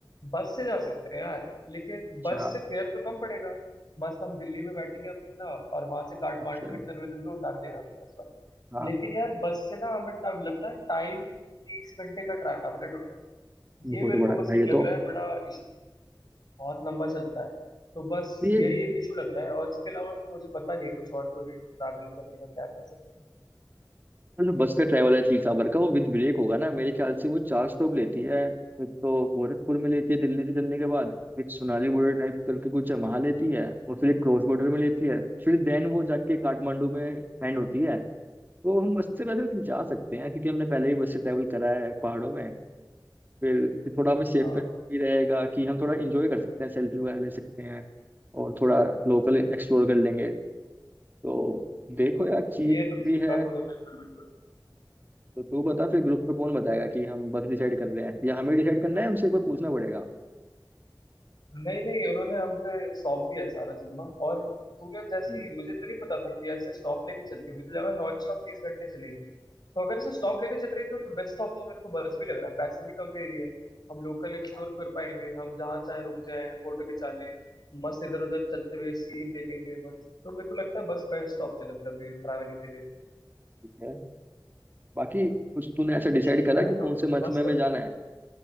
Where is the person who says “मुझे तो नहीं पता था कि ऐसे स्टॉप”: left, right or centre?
Left